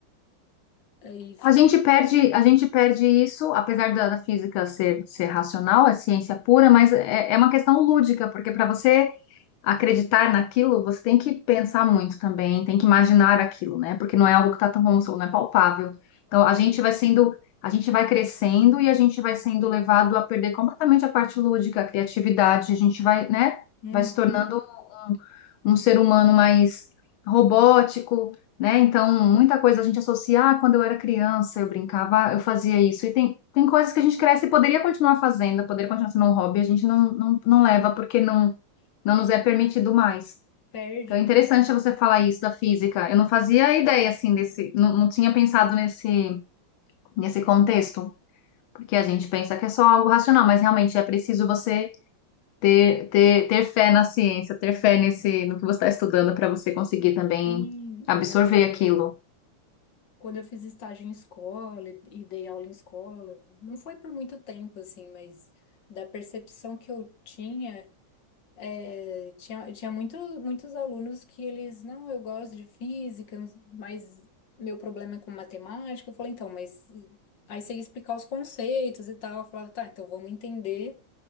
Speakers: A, on the left; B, on the left.
A: Aí
B: A gente perde, a gente perde isso, apesar da, da física ser, ser racional, é ciência pura, mas é, é uma questão lúdica, porque para você acreditar naquilo, você tem que pensar muito também, tem que imaginar aquilo, né? Porque não é algo que está tão, como você falou, não é palpável. Então a gente vai sendo, a gente vai crescendo e a gente vai sendo levado a perder completamente a parte lúdica, a criatividade, a gente vai, né?
A: Uhum,
B: Vai se tornando um ser humano mais robótico, né? Então, muita coisa a gente associa, ah, quando eu era criança, eu brincava, ah, eu fazia isso. E tem, tem coisas que a gente cresce e poderia continuar fazendo, poderia continuar sendo um hobby, a gente não, não, não leva porque não, não nos é permitido mais.
A: perde
B: Então, é
A: muito.
B: interessante você falar isso da física. Eu não fazia ideia, assim, desse, não, não tinha pensado nesse, nesse contexto, porque a gente pensa que é só algo racional, mas realmente é preciso você ter, ter, ter fé na ciência, ter fé nesse, no que você está estudando para você conseguir também
A: Sim,
B: absorver
A: o...
B: aquilo.
A: quando eu fiz estágio em escola e e dei aula em escola, não foi por muito tempo, assim, mas da percepção que eu tinha, eh, tinha, tinha muito, muitos alunos que eles, não, eu gosto de física, mas meu problema é com matemática. Eu falei, então, mas eh, aí você ia explicar os conceitos e tal. Eu falava, tá, então vamos entender